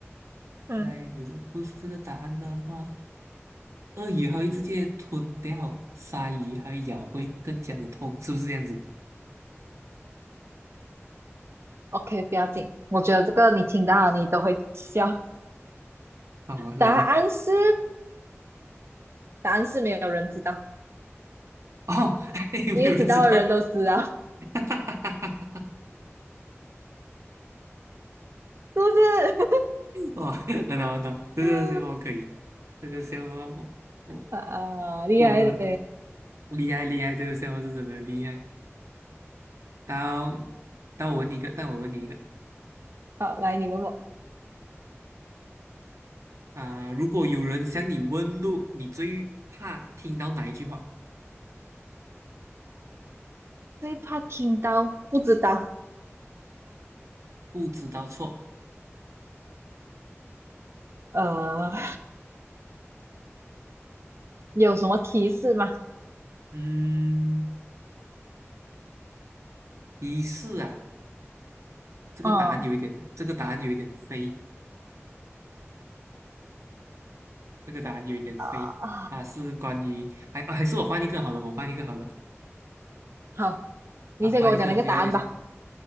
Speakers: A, on the right; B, on the right.
A: 嗯。
B: 那如果不是这个答案的话。鳄鱼还会直接吞掉鲨鱼，还咬会更加的痛，是不是这样子？
A: OK，不要紧，我觉得这个你听到了你都会笑。
B: 好，啊，来吧。
A: 答案是，答案是没有人知道，
B: 哦，<laughs> 有没有人知道？
A: 因为知道的人都知道，是
B: <laughs>
A: 不是？
B: 哦，很好很好，这个笑话可以，
A: <laughs>
B: 这个笑话我我
A: 啊，厉害嘞！
B: 过了，厉害厉害，这个笑话是真的厉害。到到我问你一个，到我问你一个
A: 好，来你问我，
B: 啊、如果有人向你问路，你最怕听到哪一句话？
A: 最怕听到不知道，
B: 不知道错。
A: 呃，有什么提示吗？
B: 嗯，提示啊，这个答案有一点，
A: 嗯
B: 这个答案有一点飞。这个答案有一点废。
A: 啊啊，
B: 它是关于，还、啊还是我换一个好了，我换一个好了，
A: 好，你先给我讲那个答案吧。
B: 啊，我换一个比较有些。
A: <laughs>